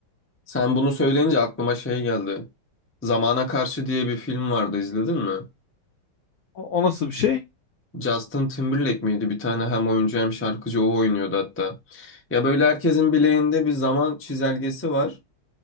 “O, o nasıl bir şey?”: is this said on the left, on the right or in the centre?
Left